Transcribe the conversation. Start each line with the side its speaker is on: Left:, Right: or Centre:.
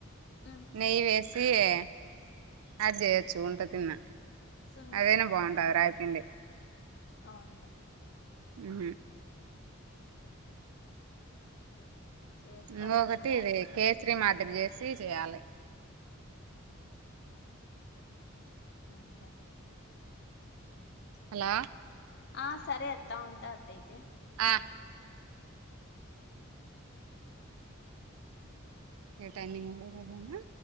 Left: ఉమ్
Right: నెయ్య వేసి సయే అది చేయచ్చు ఉంట తిన్నా
Left: సున్నుంటలే
Right: అదేనా బాగుంటది రాయిపిండి
Left: అవుంన్ లే
Right: ఉ
Left: చేసుకోవాలి
Right: ఇంకొకటి
Left: అత్త రాగిపిండి
Right: ఇది కేసరి
Left: ఉంది మా ఇంట్లో
Right: మాదిరి చేసి చేయాలి
Left: అంటే <inaudible>
Right: హలా
Left: ఆ సర అత్తా ఉంట అత్త అయితే
Right: ఆ ఏ టైమింగ్ వదనా